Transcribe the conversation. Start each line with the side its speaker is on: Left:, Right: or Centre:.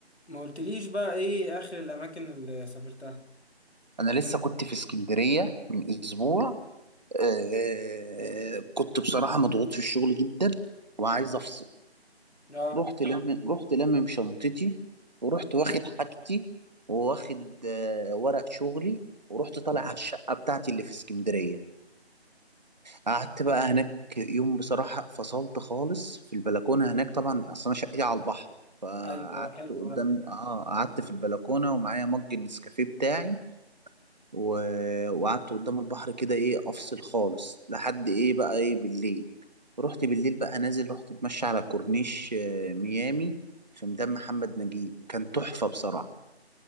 Left: ما قلتليش بقى ايه اخر الاماكن اللي سافرتها
Right: انا لسه كنت في اسكندريه من اسبوع آه كنت بصراحه مضغوط في الشغل جدا وعايز افصل
Left: اه
Right: رحت لم رحت لمم شنطتي ورحت واخد حاجتي وواخد آه ورق شغلي ورحت طالع على الشقه بتاعتي اللي في اسكندريه قعدت بقى هناك يوم بصراحه فصلت خالص في البلكونه هناك طبعا اصل انا شقتي على البحر فقعدت
Left: ايوه حلو
Right: قدام
Left: ده
Right: اه قعدت في البلكونه ومعايا مج النسكافيه بتاعي و... وقعدت قدام البحر كده ايه افصل خالص لحد ايه بقى ايه بالليل رحت بالليل بقى نازل رحت اتمشى على كورنيش آه، ميامي في ميدان محمد نجيب كان تحفة بصراحة